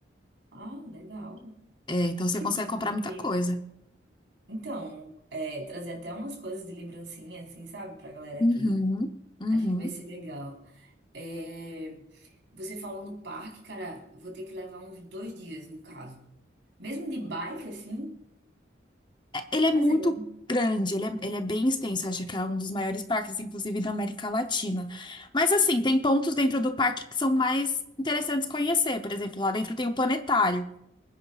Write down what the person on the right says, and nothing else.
Ah, legal.
Tipo,
porque...
Então, é, trazer até umas coisas de lembrancinha, assim, sabe, pra galera
aqui.
Acho que vai ser legal. É, você falou no parque, cara, vou ter que levar uns dois dias, no caso. Mesmo de bike, assim,
mas
é um...